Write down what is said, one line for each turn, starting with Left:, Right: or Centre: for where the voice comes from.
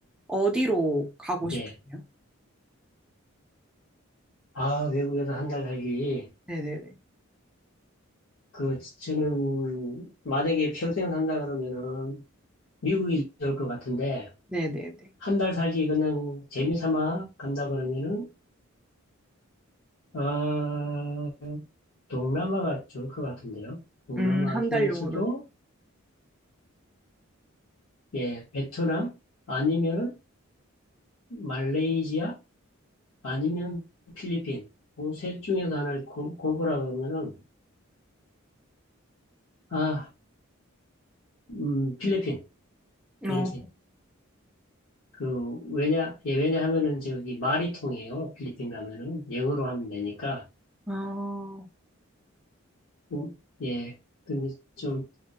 Centre: 어디로 가고 싶으세요?
Left: 예. 아, 외국에서 한 달 살기.
Centre: 네네네.
Left: 그, 저는, 만약에 평생 산다 그러면은, 미국이 좋을 것 같은데,
Centre: 네네네.
Left: 한 달 살기 그냥 재미삼아 간다 그러면은, 아, 동남아가 좋을 것 같은데요. 동남아
Centre: 음, 한
Left: 중에서도,
Centre: 달용으로는.
Left: 예, 베트남, 아니면 말레이시아, 아니면 필리핀. 그셋 중에서 하나를 고, 고르라 그러면은, 아, 음, 필리핀, 필리핀.
Centre: 어,
Left: 그, 왜냐, 예, 왜냐하면은 저기 말이 통해요. 필리핀 가면은. 영어로 하면 되니까.
Centre: 아,
Left: 음, 예. 근데 좀